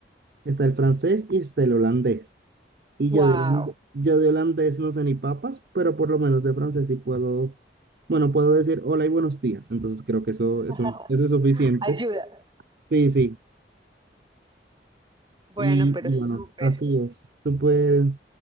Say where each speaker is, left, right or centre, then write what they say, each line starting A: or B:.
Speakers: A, on the right (about 60°); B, on the right (about 25°).
A: Está el francés y está el holandés. Y
B: Wow.
A: yo de holandés, yo de holandés no sé ni papas, pero por lo menos de francés sí puedo, bueno, puedo decir hola y buenos días. Entonces creo que eso,
B: <laughs>
A: eso, eso es suficiente.
B: Ayuda.
A: Sí, sí.
B: Bueno,
A: Y,
B: pero
A: y bueno,
B: súper.
A: así es, súper,